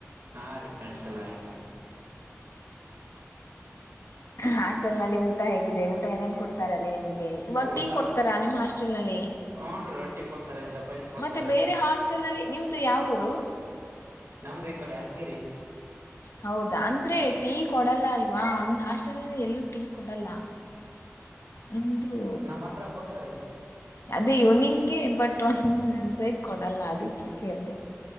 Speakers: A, on the right; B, on the left.
A: ಹಾ ರಿ ಫ್ರೆಂಡ್ಸ್ ಎಲ್ಲಾ ಆಗಿದ್ದರೆ.
B: ಹಾಸ್ಟೆಲ್ ನಲ್ಲಿ ಊಟ ಹೇಗಿದೆ ಊಟ ಏನೇನ್ ಕೊಡ್ತಾರಲ್ಲಿ ನಿಮಗೆ ಇವಾಗ
A: ಊಟ
B: ಟೀ ಕೊಡ್ತಾರ ನಿಮ್ ಹಾಸ್ಟೆಲ್ ನಲ್ಲಿ
A: ಹೂನ್ ರೀ ರೊಟ್ಟಿ ಕೊಡ್ತಾರೆ ಚಪಾತಿ ಕೊಡ್ತಾರೆ
B: ಮತ್ತೆ ಬೇರೆ ಹಾಸ್ಟೆಲ್ ನಲ್ಲಿ ನಿಮ್ದು ಯಾವೂರು.
A: ನಮ್ದು ಈ ಕಡೆ ಹತ್ಗಿರಿ
B: ಹೌದಾ ಅಂದ್ರೆ ಟೀ ಕೊಡಲ್ಲ ಅಲ್ವಾ ಒಂದಂದ ಹಾಸ್ಟೆಲ್ ಅಂದ ಎಲ್ಲೂ ಟೀ ಕೊಡಲ್ಲ. ನಿಮ್ದು
A: ನಮ್ಮ್ ಹತ್ರ ಕೊಡ್ತಾರೀ
B: ಅದೇ ಇವ್ನಿಂಗೆ ಬಟ್ ಮಟ್ಟೊಂದು ನನ್ಸೈದ ಕೊಡಲ್ಲ ಅದಕ್ಕೆ ಕೇಳಿದೆ